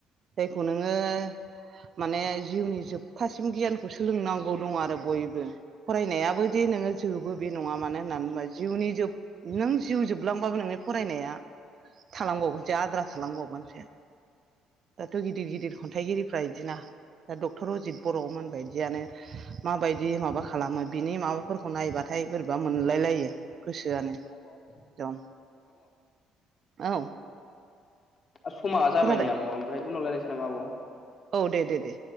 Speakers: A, on the right; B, on the left.
A: जायखौ नोङो माने जिउनि जोबथासिम गियानखौ सोलोंनांगौ दङो आरो बयबो फरायनायाबो जे नोङो जोबो बे नङा मानो होननानै बुोबा जिउनि जोब नों जिउ जोब- लांबाबो नोंनि फरायनाया थालांबावगोनसो आद्रा थालांबावगोनसो। दाथ' गिदिर-गिदिर खन्थाइगिरिफ्रा इदिना दा डक्टर अजित बर'आव मोनबायदियानो माबायदि माबा खालामो बिनि माबाफोरखौ नायबाथाय बोरैबा मोनलायलायो। गोसोआनो
B: औ <inaudible>
A: दं औ
B: समा जाबायनि
A: खोनादों
B: आब' ओमफ्राय उनाव लारायनोसै नामा आब'?
A: औ दे दे दे